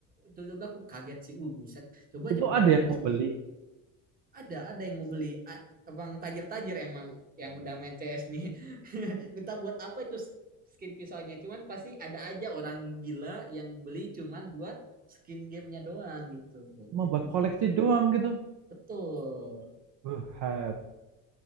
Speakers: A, on the right (about 20°); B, on the right (about 45°).
A: itu juga aku kaget sih uh buset coba aja
B: itu
A: aku dapet
B: ada yang
A: dapet.
B: mau beli,
A: ada ada yang mau beli A- abang tajir-tajir emang yang udah main CS nih <laughs> minta buat apa itu skin pisaunya cuman pasti ada aja orang gila yang beli cuman buat skin gamenya doang gitu
B: mau
A: gitu
B: buat
A: bang
B: koleksi doang gitu.
A: betul
B: Buset.